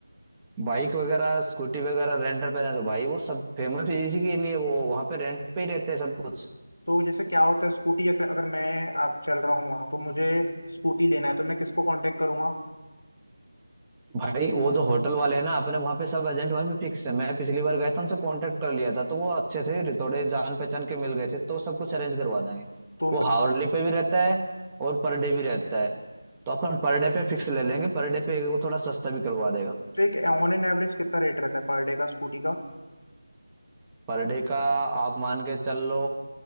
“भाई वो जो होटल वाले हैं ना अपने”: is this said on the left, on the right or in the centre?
Right